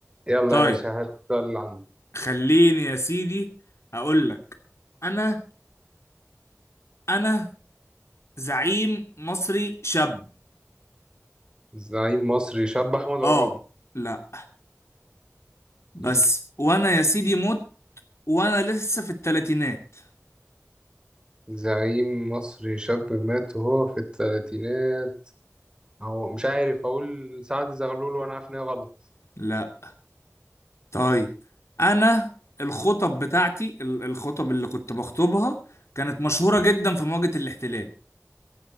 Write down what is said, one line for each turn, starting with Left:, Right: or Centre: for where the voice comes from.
Right: يلا
Left: طيب
Right: يا باشا هات اللي عندك
Left: خليني يا سيدي اقول لك انا انا زعيم مصري شاب
Right: زعيم مصري شاب أحمد عرابي
Left: اه لا بس
Right: مم.
Left: وانا يا سيدي مت وانا لسه في التلاتينات
Right: زعيم مصري شاب مات وهو في الثلاثينات هو مش عارف أقول سعد زغلول وأنا عارف إن هي غلط
Left: لا طيب انا الخطب بتاعتي ال- الخطب اللي كنت بخطبها كانت مشهورة جدا في مواجهة الاحتلال